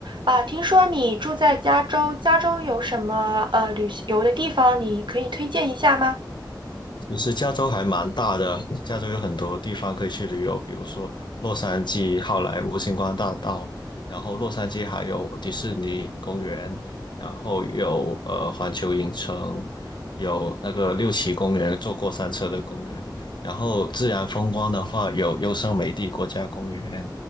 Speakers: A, on the right; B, on the left.
A: 啊，听说你住在加州，加州有什么呃旅游的地方，你可以推荐一下吗？
B: 其实加州还蛮大的，加州有很多地方可以去旅游，比如说洛杉矶、好莱坞星光大道，然后洛杉矶还有迪士尼公园，然后有呃环球影城，有那个六旗公园，坐过山车的公园，然后自然风光的话有优胜美地国家公园，